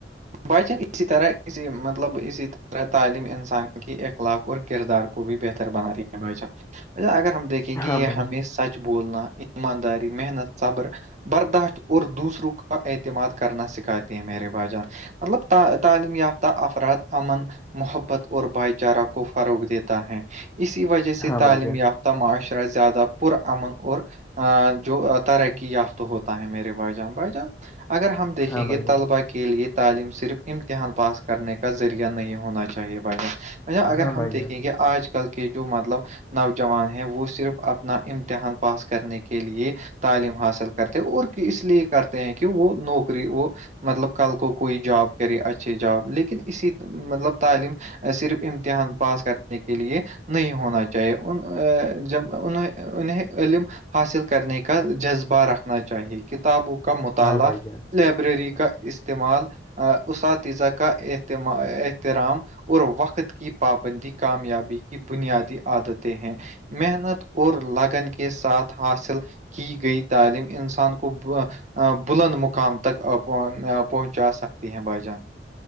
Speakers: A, on the right; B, on the left.
A: بچن اسی طرح اسی مطلب اسی طرح تعلیم انسان کی ایک اخق اور کردار کو بھی بہتر بنا رہی اگر ہم دیکھ کہ
B: ہاں
A: یہ
B: بھائی
A: ہمیں سچ بولنا ایمانداری محنت صبر برداشت اور دوسروں کا اعتماد کرنا سکھاتے ہیں م رواجان مطلب تعلیم یافتہ افراد امن محبت اور بھائی چارہ کو فروغ دیتا ہے اسی وجہ سے
B: ہاں بھائی
A: تعلیم
B: جان
A: یافتہ معاشرہ زیادہ پر اامن اور جو ترقی یافت ہوتا ہے میرے ب جان بھ جان اگر ہم دیکھیں
B: ہاں بھائی
A: گے
B: جان
A: طلبہ کے کے لیے تعلیم صرف امتحان پاس کرنے کا ذریعہ نہیں ہونا چاہیے بھائی مطب اگر
B: ہاں
A: ہم
B: بھائی
A: دیکھیں
B: جان
A: گے آج کل کے جو مطلب نوجوان ہیں وہ صرف اپنا امتحان پاس کرنے کے لیے تعلیم حاصل کرتے اور اس لیے کرتے ہیں کہ وہ نوکری وہ مطلب کل کو کوئی جاب کرے اچھی جاب لیکن اسی مطلب تعلیم صرف امتحان پاس کرنے کے لیے نہیں ہونا چاہیے ان جب انہ انہیں علم حاصل کرنے کے کا جذبہ رکھنا چاہیے کتابوں کا مطالعہ
B: ہاں بھائی جان
A: لائبریری کا استعمال اساتاتیذہ کا اتم احترام اور وقت کی پابندی کامیابی کی بنیادی عادتیں ہیں محنت اور لگن کے ساتھ حاصل کی گئی تعلیم انسان کو بلند مقام تک پہنچا سکتی ہیں بھائی جان